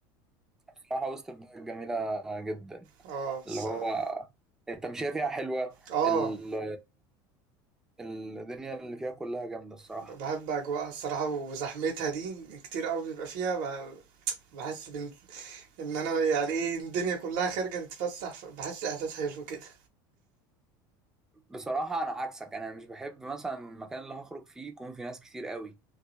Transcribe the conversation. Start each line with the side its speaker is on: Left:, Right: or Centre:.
Centre: بصراحه وسط البلد جميله جدا
Right: اه بس
Centre: اللي هو
Right: اه
Centre: التمشيه فيها حلوه
Right: آه.
Centre: ال- الدنيا اللي فيها كلها جامده الصراحه
Right: بحب أجواءها الصراحة وزحمتها دي كتير قوي بيبقى فيها ب- بحس بن... إن أنا يعني إيه الدنيا كلها خارجة تتفسح بحس إحساس حلو كده
Centre: بصراحه انا عكسك انا مش بحب مثلا المكان اللي هخرج فيه يكون فيه ناس كتير قوي